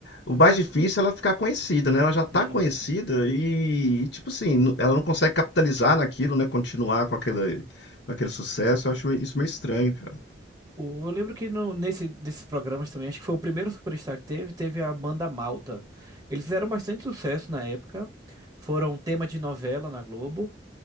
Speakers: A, on the left; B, on the right.
A: O mais difícil é ela ficar conhecida, né? Ela já tá
B: Sim,
A: conhecida
B: sim.
A: e, e, tipo assim, nu- ela não consegue capitalizar naquilo, né? Continuar com aquele, com aquele sucesso. Eu acho isso meio estranho, cara.
B: O- eu lembro que no, nesse, desses programas também, acho que foi o primeiro Superstar que teve, teve a banda Malta. Eles fizeram bastante sucesso na época, foram tema de novela na Globo,